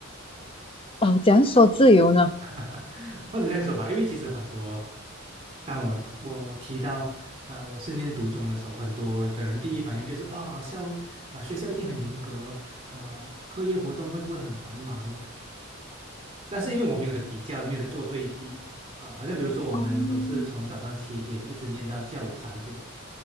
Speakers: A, on the left; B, on the right.
A: 呃，怎样说自由呢？
B: <laughs> 或者这样说吧，因为其实很多，当我我我提到呃我是念读中的时候，很多的人第一反应就是啊、校啊、学校一定很严格，呃课业活动会不会很繁忙？但是因为我没有的比较，没有的做对比，呃，好像比如说我们都是从早上七点一直念到下午三点，
A: 哦